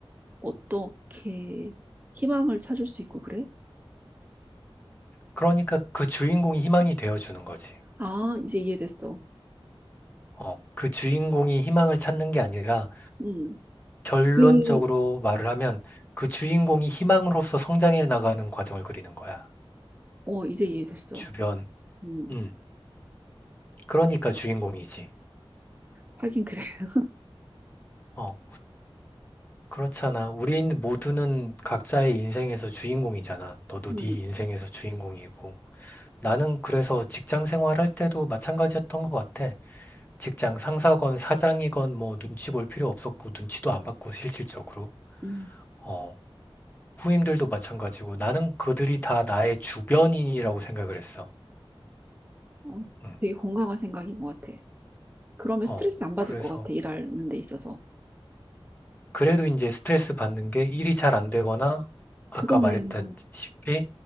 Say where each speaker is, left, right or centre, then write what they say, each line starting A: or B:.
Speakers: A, on the right; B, on the left.
A: 어떻게 희망을 찾을 수 있고 그래?
B: 그러니까 그 주인공이 희망이 되어주는 거지.
A: 아, 이제 이해됐어.
B: 어, 그 주인공이 희망을 찾는 게 아니라
A: 음,
B: 결론적으로
A: 그,
B: 말을 하면 그 주인공이 희망으로서 성장해 나가는 과정을 그리는 거야.
A: 어, 이제 이해됐어.
B: 주변.
A: 음,
B: 음. 그러니까 주인공이지.
A: 하긴 그래. <laughs>
B: 어. 그렇잖아. 우린 모두는 각자의 인생에서 주인공이잖아. 너도
A: 음,
B: 네 인생에서 주인공이고. 나는 그래서 직장 생활할 때도 마찬가지였던 것 같아. 직장 상사건 사장이건 뭐 눈치 볼 필요 없었고 눈치도 안 받고 실질적으로.
A: 음.
B: 어. 후임들도 마찬가지고 나는 그들이 다 나의 주변인이라고 생각을 했어.
A: 어,
B: 음.
A: 되게 건강한 생각인 것 같아. 그러면
B: 어,
A: 스트레스 안 받을
B: 그래서
A: 것 같아, 일하는 데 있어서.
B: 그래도 이제 스트레스 받는 게 일이 잘 안 되거나 아까
A: 그거는,
B: 말했다시피